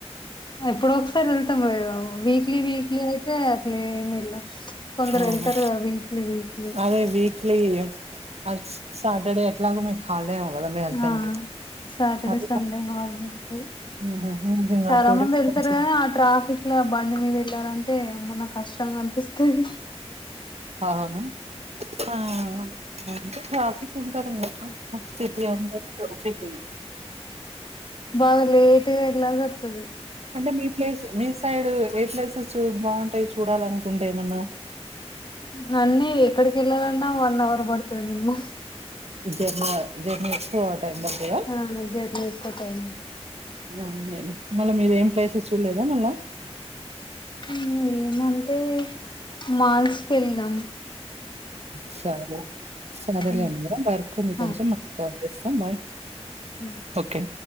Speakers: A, on the left (about 45°); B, on the right (about 70°).
A: ఎప్పుడో ఒకసారి వెళ్తాం ఇ యా వీక్లీ వీక్లీ అయితే అట్లేం ఎల్లం కొందరేళ్తారు
B: ఆహా
A: గా వీక్లీ వీక్లీ
B: అదే వీక్లీ అజ్స్ సాటర్డే ఎట్లాగో మీక్ హాల్డే ఏమో గదా మీ హస్బెండ్
A: ఆ
B: కి
A: సాటర్డే
B: అదే
A: సండే హాలిడే అంటె
B: ఉహు మీకు ఇంకా
A: చాలా
B: టూ
A: మంద్
B: డేస్
A: ఎళ్తరు
B: కొంచెం
A: గానీ ఆ ట్రాఫిక్ ఇట్లా బండి మీద్ ఎళ్ళాలంటే మొన్న కష్టంగనిపిస్తది
B: అహునా ఆ అంటే ట్రాఫిక్ ఉంటారింగా స్థితి అంత ట్రఫిక్ంగ్
A: బాగా లేేట్గా ఎల్లాల్సొస్తది
B: అంటే మీ ప్లేస్ మీ సైడ్ ఏ ప్లేసెస్ బాగుంటాయి చూడాలనుకుంటే ఏమన్న
A: నన్నీ ఎక్కడకెళ్ళాలన్నా వన్ హవర్ పడుతది అమ్మ
B: జర్మ జర్నీ ఎక్కువ టైమ్ పడ్తద
A: ఆ జర్నీ కుటయి
B: అవునండి మళ్ళ మీరు ఏం ప్లేసెస్ చూడలేదా మళ్ళా
A: ఏమంటే మాల్స్కేల్లీనం
B: సరే సరేలేండి
A: ఉ
B: వర్క్ ఉంది
A: ఆ
B: కొంచెం మళ్ళ కాల్ చేస్తా బాయ్
A: బ
B: ఓకే